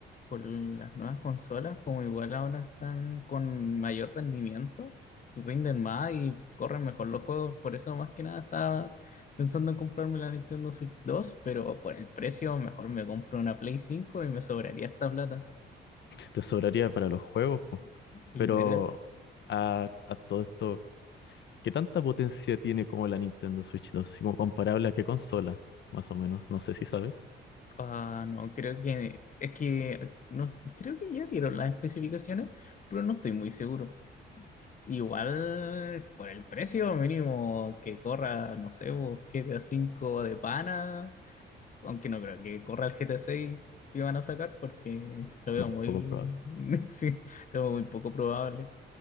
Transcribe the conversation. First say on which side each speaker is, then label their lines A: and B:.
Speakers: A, on the left; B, on the left.
A: con las nuevas consolas, como igual ahora están con mayor rendimiento, rinden más y corren mejor los juegos. Por eso más que nada estaba pensando en comprarme la Nintendo Switch dos pero por el precio mejor me compro una Play cinco y me sobraría esta plata,
B: Te sobraría para los juegos, pues.
A: literal.
B: Pero a, a todo esto ¿Qué tanta potencia tiene como la Nintendo Switch 2? Así como comparable a qué consola, más o menos. No sé si sabes.
A: Ah, no, creo que es que no, creo que ya dieron las especificaciones, pero no estoy muy seguro. Igual por el precio mínimo que corra, no sé, vos, GTA 5 de pana, aunque no creo que corra el GTA 6 que van a sacar porque lo veo
B: No,
A: muy,
B: poco probable.
A: <laughs> sí, lo veo muy poco probable.